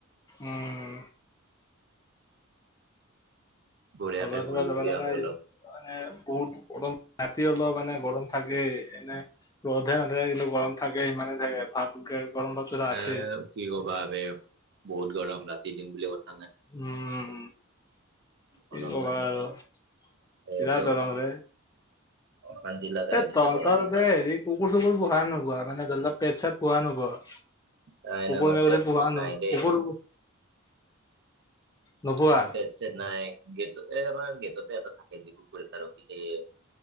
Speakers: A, on the left (about 15°); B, on the right (about 55°).
A: উম।
B: বঢ়িয়াকে
A: ফুৰিব
B: ঘূৰি
A: যাব
B: ফুৰি
A: লগা
B: আহো অলপ
A: মানে বহুত গৰম। ৰাতি অলপ মানে গৰম থাকেই এনে ৰ'দহে নাথাকে গৰম। থাকে মানে দে ভাতকে গৰম পাত চত আছে।
B: এ কি কবা বে বহুত গৰম ৰাতি দিন বুলি কথ।
A: উম।
B: গৰম
A: কি কবা
B: মানে
A: আৰু বিৰাট
B: এইটো
A: দৰো হ'লে।
B: অশান্তি লগা হৈ
A: এ
B: গৈছে
A: তহত
B: গৰমৰ কাৰণে
A: ত হেৰি কুকুৰ চুকুৰ পোহা নে নোপোহা মানে ধৰি লপ পেট চেট পোহা নে নোপোহা
B: নাই
A: কুকুৰ
B: নাই আমাৰ
A: মেকুৰি
B: পেট
A: পোহা
B: চেট নাই
A: নে <unintelligible>
B: দেই
A: কুকুৰ। নোপোহা
B: আমাৰ পেট ছেট নাই গত এই আমাৰ গেটতে এটা থাকে যি গুকুৰ তাৰক সেইয়ে